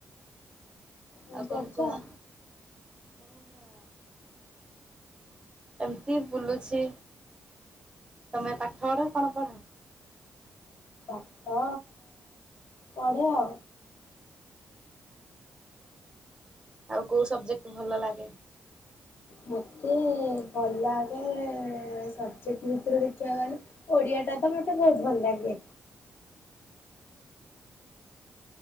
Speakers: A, on the left; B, on the right.
A: ଏମିତି
B: ଆଖଙ୍କୁହା।
A: ଅଛ ଆଉ।
B: ମୂର ଏମିତି ବୁଲୁଛି। ତମେ ପାଠ ପଢ କଣ ପଢ?
A: ପାଠ ପଢେ ଆଉ।
B: ଆଉ କୋଉ ସବଜେକ୍ଟ ଭଲ ଲାଗେ?
A: ମତେ ଭଲ ଲାଗେ ସବଜକ୍ଟ ଭିତରେ ଦେଖିବାକୁ ଗଲେ ଓଡିଆ ଟା ତ ମତେ ବହୁତ ଭଲ ଲାଗେ।